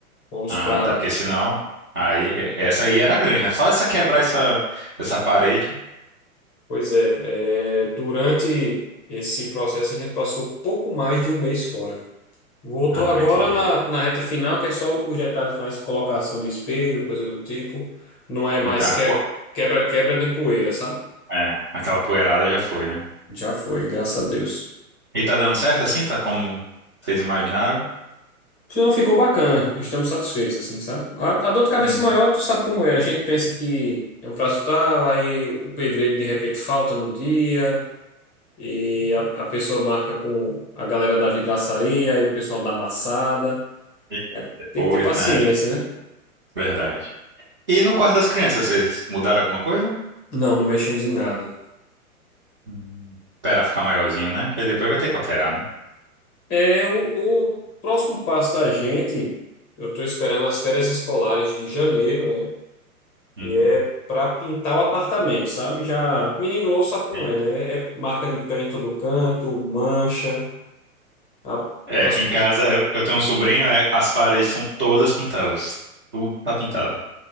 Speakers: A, on the left; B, on the right.
A: Fomos
B: Ah,
A: para
B: tá, porque senão aí é- essa aí era grande, né? Só essa quebrar essa essa parede.
A: Pois é, é, durante esse processo a gente passou pouco mais de um mês fora. Voltou
B: Ah,
A: agora
B: entendi.
A: na, na reta final, que é só os detalhes mais colocação de espelho, coisa do tipo. Não é mais
B: Não tá,
A: que-
B: pô-
A: quebra-quebra nem poeira, sabe?
B: é, aquela poeirada já foi, né?
A: Já foi, graças a Deus.
B: E tá dando certo assim, tá como vocês imaginaram?
A: Não, ficou bacana, estamos satisfeitos, assim, sabe? A, a dor de cabeça
B: Uhum.
A: é maior, tu sabe como é. A gente pensa que é um prazo tal, aí o pedreiro de repente falta no dia. E a, a pessoa marca com a galera da vidraçaria e o pessoal da amassada.
B: E depois,
A: Tem que ter paciência,
B: é,
A: né?
B: verdade. E no quarto das crianças, vocês mudaram alguma coisa?
A: Não, não mexemos em nada.
B: Hum, Esperar ficar maiorzinho, né? Que aí depois vai ter que alterar, né?
A: É o, o próximo passo da gente. Eu estou esperando as férias escolares de janeiro, né?
B: Hum,
A: E é para pintar o apartamento, sabe? Já menino ou sabe como
B: entendi.
A: é, né? É marca de pé em todo canto, mancha. a-
B: É,
A: as...
B: aqui em casa eu, eu tenho um sobrinho, é, as paredes são todas pintadas. Tudo tá pintado.